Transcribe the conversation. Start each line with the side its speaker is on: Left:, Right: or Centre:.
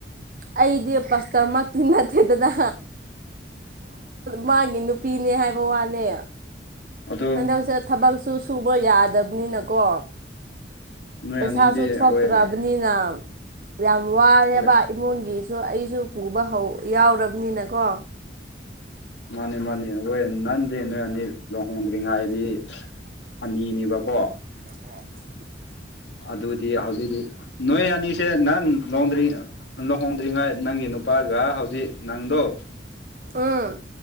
Right: ꯑꯩꯗꯤ ꯄꯁꯇꯔꯃꯛꯇꯤ ꯅꯠꯇꯦꯗꯅ ꯃꯥꯒꯤ ꯅꯨꯄꯤꯅꯦ ꯍꯥꯏꯕ ꯋꯥꯅꯦ
Left: ꯑꯗꯣ
Right: ꯍꯟꯗꯛꯁꯦ ꯊꯕꯛꯁꯨ ꯁꯨꯕ ꯌꯥꯗꯕꯅꯤꯅꯀꯣ
Left: ꯅꯣꯏ
Right: ꯄꯩꯁꯥꯁꯨ
Left: ꯑꯅꯤꯗꯤ
Right: ꯊꯣꯛꯛꯇ꯭ꯔꯕꯅꯤꯅ
Left: ꯍꯣꯏ
Right: ꯌꯥꯝ ꯋꯥꯔꯦꯕ
Left: ꯍꯣꯏ
Right: ꯏꯃꯨꯡꯒꯤ ꯑꯣ ꯑꯩꯁꯨ ꯄꯨꯕ ꯍꯧ ꯌꯥꯎꯔꯕꯅꯤꯅꯀꯣ
Left: ꯃꯥꯅꯤ ꯃꯥꯅꯤ ꯍꯣꯏ ꯅꯍꯥꯟꯗꯤ ꯅꯣꯏ ꯑꯅꯤ ꯂꯨꯍꯣꯡꯗ꯭ꯔꯤꯉꯥꯏꯗꯤ ꯑꯅꯤꯅꯦꯕꯀꯣ
Right: ꯗꯀꯣ
Left: ꯑꯗꯨꯗꯤ ꯍꯧꯖꯤꯛꯇꯤ ꯅꯣꯏ ꯑꯅꯤꯁꯦ ꯅꯍꯥꯟ ꯂꯣꯡꯗ꯭ꯔꯤ ꯂꯨꯍꯣꯡꯗ꯭ꯔꯤꯉꯥꯏ ꯅꯪꯒꯤ ꯅꯨꯄꯥꯒ ꯍꯧꯖꯤꯛ ꯅꯪꯗꯣ
Right: ꯎꯝ